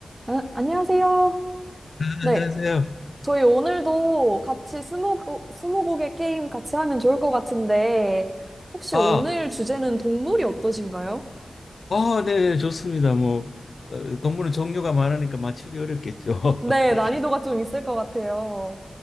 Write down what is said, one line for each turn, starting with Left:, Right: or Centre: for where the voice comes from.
Right: 아, 안녕하세요.
Left: 아,
Right: 네.
Left: 안녕하세요.
Right: 저희 오늘도 같이 스무고, 스무고개 게임 같이 하면 좋을 것 같은데, 혹시
Left: 아,
Right: 오늘 주제는 동물이 어떠신가요?
Left: 아, 네, 네, 좋습니다. 뭐 어, 동물은 종류가 많으니까 맞추기 어렵겠죠.
Right: 네,
Left: <laughs>
Right: 난이도가 좀 있을 것 같아요.